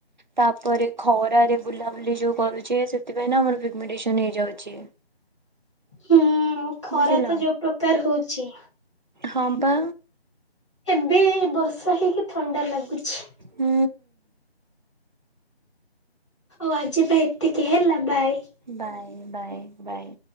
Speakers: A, on the right; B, in the centre.
A: ତାପରେ ଖରାରେ ବୁଲାବୁଲି ଯେଉଁ କରୁଛେ ସେଥିପାଇଁ ଆମର ପିଗ୍ମେଟେଶନ ହେଇଯାଉଛି।
B: ହୁଁ ଖରା
A: ବୁଝିଲ
B: ତ ଯୋଉ ପ୍ରକାର ହଉଛି।
A: ହ ବା।
B: ଏବେ ବର୍ଷା ହେଇକି ଥଣ୍ଡା ଲାଗୁଛି।
A: ହୁଁ।
B: ଓ ଆଜି ପାଇଁ ଏତିକି ହେଲା ବାଏ।
A: Bye bye bye.